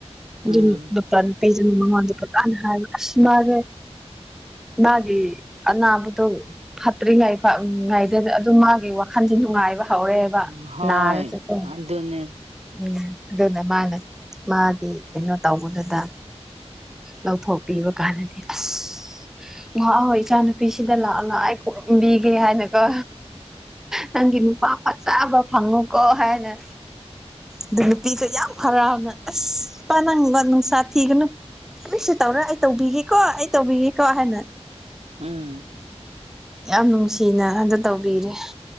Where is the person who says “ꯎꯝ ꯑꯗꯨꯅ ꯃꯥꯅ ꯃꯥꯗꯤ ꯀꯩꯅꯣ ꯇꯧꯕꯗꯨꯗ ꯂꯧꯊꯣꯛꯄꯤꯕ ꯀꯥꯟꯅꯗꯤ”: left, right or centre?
Centre